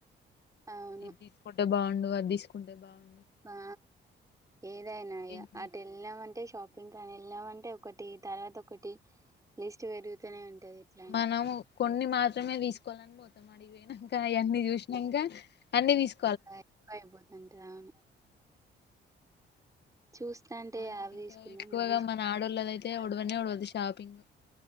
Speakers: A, on the right; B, on the left.
A: అవును
B: ఇది తీసుకుంటే బాగుండు అది తీసుకుంటే బాగుండు
A: ఆ ఏదైనా
B: ఎన్ని
A: అటు వెళ్ళామంటే షాపింగ్ కాని వెళ్ళామంటే ఒకటి తర్వాత ఒకటి లిస్ట్ పెరుగుతూనే ఉంటది ఎట్లయినా
B: మనము కొన్ని మాత్రమే తీసుకోవాలని పోతు పోనాక అవన్నీ చూసినాక అన్ని తీసు
A: ఎక్కు అయిపోతుంటే అవును చూస్తాంటే
B: మనది
A: అవి
B: ఇంకా
A: తీసుకుందాం
B: ఎక్కువగా
A: ఇది
B: మన ఆడళ్ళద అయితే
A: తీసుకుందాం
B: ఉడవనే ఉడవదు షాపింగ్